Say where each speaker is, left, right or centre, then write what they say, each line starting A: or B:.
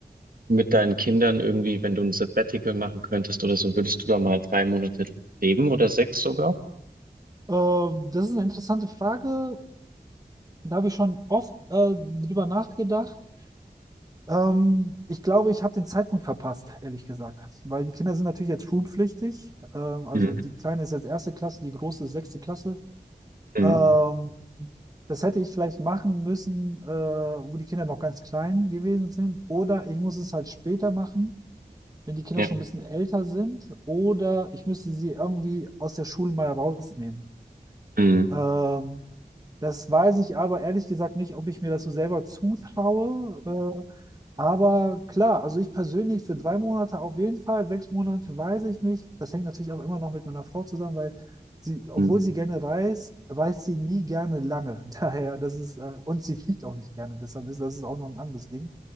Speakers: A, on the right; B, on the right.
A: mit deinen Kindern irgendwie, wenn du ein Sabbatical machen könntest oder so, würdest du da mal drei Monate leben oder sechs sogar?
B: Ähm, das ist eine interessante Frage. Da habe ich schon oft äh, drüber nachgedacht. Ähm, ich glaube, ich habe den Zeitpunkt verpasst, ehrlich gesagt. Weil die Kinder sind natürlich jetzt schulpflichtig. Ähm, also
A: Mhm.
B: die Kleine ist jetzt erste Klasse, die große ist sechste Klasse.
A: Mhm.
B: Ähm, das hätte ich vielleicht machen müssen, äh, wo die Kinder noch ganz klein gewesen sind. Oder ich muss es halt später machen, wenn die Kinder
A: Ja.
B: schon ein bisschen älter sind. Oder ich müsste sie irgendwie aus der Schule mal rausnehmen.
A: Mhm.
B: Ähm, das weiß ich aber ehrlich gesagt nicht, ob ich mir das so selber zutraue. Äh, aber klar, also ich persönlich für drei Monate auf jeden Fall, sechs Monate weiß ich nicht. Das hängt natürlich auch immer noch mit meiner Frau zusammen, weil sie, obwohl
A: Mhm.
B: sie gerne reist, reist sie nie gerne lange. <laughs> Daher, das ist, äh, und sie fliegt auch nicht gerne. Deshalb ist das ist auch noch ein anderes Ding.